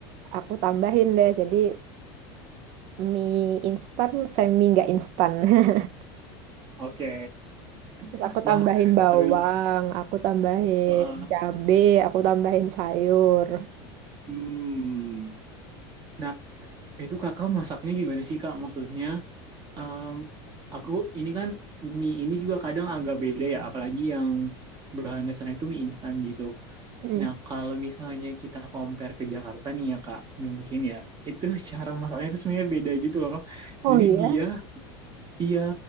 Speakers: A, on the right; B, on the right.
A: aku tambahin deh. Jadi mie instan semi nggak instan <laughs>
B: Oke.
A: Terus
B: <laughs>
A: aku
B: Wah,
A: tambahin bawang
B: seru.
A: aku tambahin
B: Heeh.
A: cabe aku tambahin sayur
B: hmm. Nah, itu Kakak masaknya gimana sih Kak? Maksudnya em, aku ini kan mie ini juga kadang agak beda ya, apalagi yang bahan dasarnya itu mie instan gitu.
A: Mm.
B: Nah, kalau misalnya kita compare ke Jakarta nih ya Kak, mungkin ya itu <laughs> cara masaknya itu sebenarnya beda gitu loh.
A: oh
B: Jadi
A: iya
B: dia, iya,